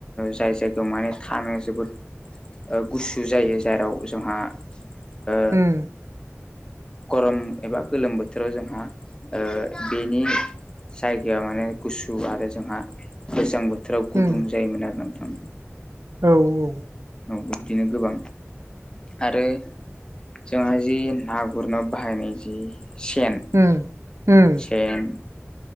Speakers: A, on the left; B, on the right.
A: जाय जायगायाव माने थानो जोबोद गुसु जायो जेराव जोंहा ओ
B: उम
A: गरम एबा गोलोम बोथोराव जोंहा ओ बेनि जायगाया माने गुसु आरो जोंहा गोजां बोथोराव
B: उम
A: गुदुं जायोमोन आरो नोंथां।
B: औ औ
A: औ बिबदिनो गोबां आरो जोंहा जि ना गुरनो बाहायनाय जि सेन
B: उम उम
A: सेन